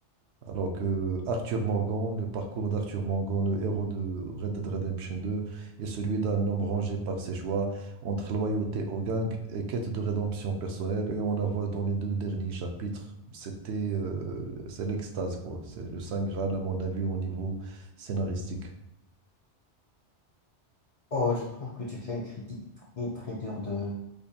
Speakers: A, on the right; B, on the left.
A: Alors que Arthur Morgan, le parcours d'Arthur Morgan, le héros de Red Dead Redemption 2, est celui d'un homme rangé par ses choix entre loyauté au gang et quête de rédemption personnelle. Et on la voit dans les deux derniers chapitres. C'était, euh, c'est l'extase, quoi. C'est le Saint Graal, à mon avis, au niveau scénaristique.
B: Oh, je trouve que tu fais une critique très très dure de,